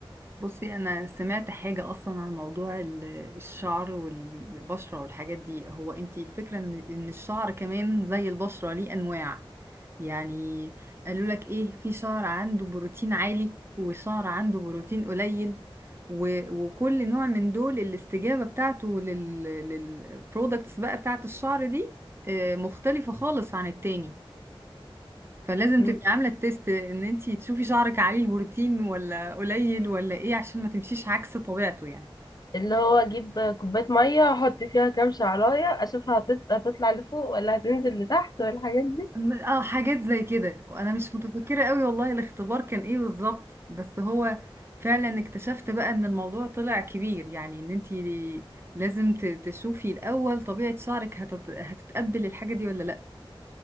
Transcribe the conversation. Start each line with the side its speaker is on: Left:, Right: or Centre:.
Right: بصي انا سمعت حاجه اصلا عن موضوع ال- الشعر والبشره والحاجات دي هو انتي الفكره ان ان الشعر كمان زي البشره ليه انواع يعني قالوا لك ايه في شعر عنده بروتين عالي وشعر عنده بروتين قليل و- وكل نوع من دول الاستجابه بتاعته لل للبرودكتس بقى بتاعت الشعر دي آه، مختلفه خالص عن التاني فلازم
Left: م.
Right: تبقي عامله التيست ان انتي تشوفي شعرك عالي البروتين ولا قليل ولا ايه عشان ما تمشيش عكس طبيعته يعني
Left: اللي هو اجيب كوبايه ميه احط فيها كام شعرايه اشوفها هتط- هتطلع لفوق ولا هتنزل لتحت والحاجات دي
Right: أم- اه حاجات زي كده وانا مش متذكره قوي والله الاختبار كان ايه بالظبط بس هو فعلا اكتشفت بقى ان الموضوع طلع كبير يعني ان انتي لازم ت- تشوفي الاول طبيعه شعرك هتت... هتتقبل الحاجه دي ولا لا